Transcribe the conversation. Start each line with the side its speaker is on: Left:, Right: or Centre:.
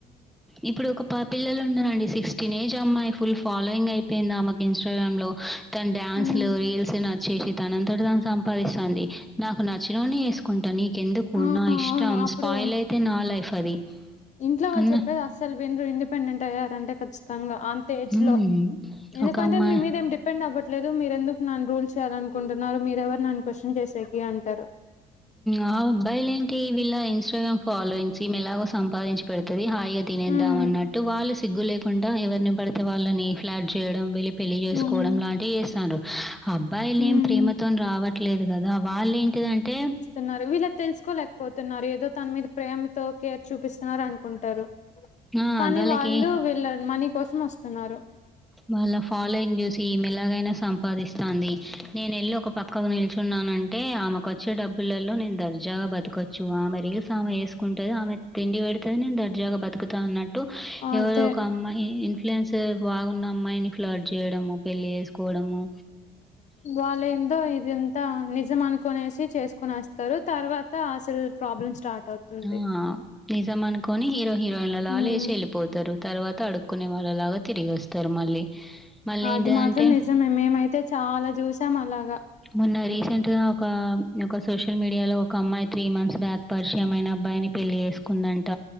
Centre: ఇప్పుడు ఒక పా పిల్లలు ఉండారండి సిక్స్టీన్ ఏజ్ అమ్మాయి ఫుల్ ఫాలోయింగ్ అయిపోయింది ఆమెకి ఇన్స్టాగ్రామ్ లో తన డ్యాన్స్
Left: ఉమ్
Centre: రీల్స్ నచ్చే తనంతట దాన్ని సంపాదిస్తాంది నాకు నచ్చినోనీ చేసుకుంటా ఎందుకు
Left: ఆ
Centre: నా ఇష్టం
Left: అవును అప్పుడు
Centre: స్పాయిల్ అయితే నా లైఫ్ అది.
Left: ఇంట్లో వాళ్ళు
Centre: అన్న
Left: చెప్పది అస వినరు ఇండిపెండెంట్ అయ్యారంటే ఖచ్చితంగా అంత ఏజ్
Centre: హ్మ్.
Left: లో ఎందుకంటే
Centre: ఒక అమ్మాయి
Left: మీ మీద ఏమి డిపెండ్ అవ్వట్ ట్లేదు మీరెందుకు ను రూల్ చేయాలనుకుంటున్నారు. మీరెవరు నన్ను క్వశ్చన్ చేసేకి అంటారు.
Centre: ఆ అబ్బాయిలు ఏంటి వీళ్ళ ఇన్స్టాగ్రామ్ ఫాలోయింగ్స్ ఈమె ఎలాగో సంపాదించి పెడుతది. హాయిగా తినేద్దాం
Left: ఉమ్
Centre: అన్నట్టు వాళ్ళు సిగ్గు లేకుండా ఎవరిని పడితే వాళ్ళని ఫ్లాట్ చేయడం. పెళ్లి చేసుకోవడం
Left: ఉమ్
Centre: లాంటివి చెస్తాండ్రు ఆ అబ్బాయిలు
Left: ఉమ్
Centre: ఏం ప్రేమతో రావట్లేదు కదా వాళ్ళు ఏంటిదంటే
Left: న్నారు వీళ్ళ తెలుసుకోలేకపోతున్నారు ఏదో తన మీద ప్రేమతో కేర్ చూపిస్తున్నారు అనుకుంటారు.
Centre: ఆ!
Left: కానీ
Centre: వాళ్ళకి
Left: వాళ్ళు వెళ్ళరు మనీ కోసం వస్తున్నారు.
Centre: వాళ్ళ ఫాలోయింగ్ చూసి ఈమె ఎలాగైనా సంపాదిస్తాంది నేను వెళ్ళి ఒక పక్కకు నిల్చు న్నానంటే ఆమెకు వచ్చే డబ్బులలో నేను దర్జాగా బతకొచ్చు ఆమె రీల్స్ ఆమె చేసుకుంటది ఆమె తిండి పెడతది నేను దర్జాగా బతుకుతా అన్నట్టు
Left: అదే
Centre: ఎవరో ఒక అమ్మాయి ఇన్ఫ్లుయెన్స్ బాగున్న అమ్మాయిని ఫ్లాట్ చేయడము పెళ్ళి చేసుకోవడము.
Left: వాళ్ళేందో ఇది అంతా నిజం అనుకునేసి చేసుకుని వ స్తరు తర్వాత అసలు ప్రాబ్లమ్ స్టార్ట్ అవుతుంది
Centre: ఆ నిజం అనుకొని హీరో హీరోయిన్లలా
Left: ఉమ్
Centre: లేసి వెళ్ళిపోతారు తర్వాత అడుక్కునే వాళ్ళ లా తిరిగివస్తారు మళ్ళీ మళ్ళేంటిదంటే
Left: అది మాత్రం నిజమే మేమైతే చాలా జూసాం అలాగా
Centre: మొన్న రీసెంట్ గా ఒక ఒక సోషల్ మీడియా లో ఒక అమ్మాయి త్రీ మంత్స్ బ్యాక్ పరిచయం అయిన అబ్బాయిని పెళ్ళి చేసుకుందంట